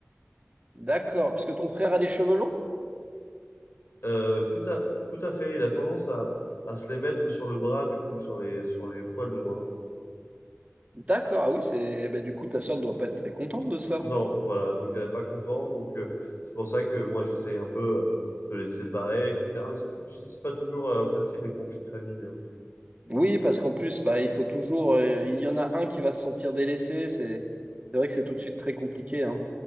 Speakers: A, on the right; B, on the left.
A: D'accord. Parce que ton frère a des cheveux longs?
B: Euh, tout à, tout à fait, il a tendance à, à se les mettre sur le bras, du coup, sur les, sur les poils de bras.
A: D'accord. Ah oui, c'est, eh ben, du coup, ta sœur ne doit pas être très contente de cela.
B: Non, voilà, donc elle n'est pas contente, donc euh, c'est pour ça que moi j'essaye un peu euh, de les séparer, etc. Mais c'est tu sais, c'est pas toujours euh, facile les conflits de famille. hein.
A: Oui, parce qu'en plus, bah, il faut toujours, euh, il y en a un qui va se sentir délaissé. C'est, c'est vrai que c'est tout de suite très compliqué, hein.